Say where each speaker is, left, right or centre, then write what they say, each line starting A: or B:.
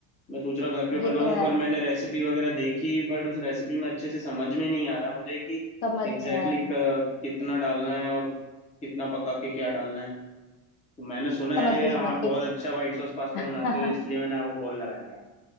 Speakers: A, on the left; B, on the left.
A: मैं
B: हम्म,
A: सोच रहा घर पे बनाऊं
B: ये तो है
A: पर मैंने रेसिपी वगैरह देखी बट उस रेसिपी में अच्छे से समझ में नहीं आ रहा मुझे कि
B: समझ
A: एग्जैक्टली
B: नहीं आया हम्म।
A: exactly कितना डालना है और कितना पका के क्या डालना है तो मैंने सुना
B: समझ
A: है
B: के
A: आप
B: समझ
A: बहुत
B: के
A: अच्छा व्हाइट सॉस पास्ता
B: <laughs>
A: बनाते हो इसलिए मैंने आपको कॉल लगा दिया